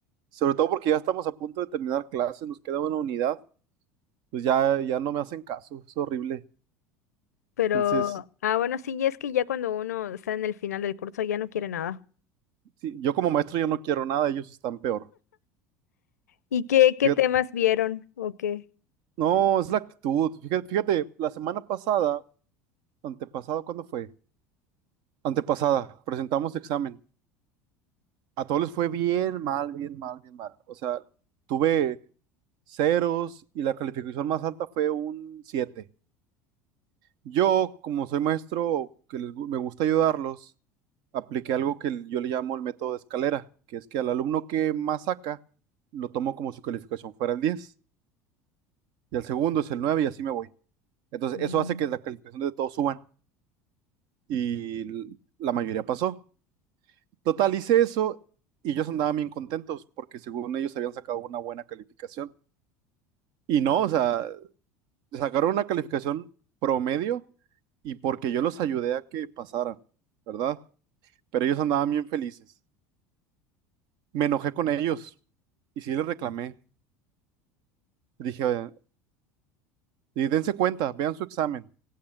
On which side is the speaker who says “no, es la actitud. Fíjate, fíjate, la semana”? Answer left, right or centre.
Right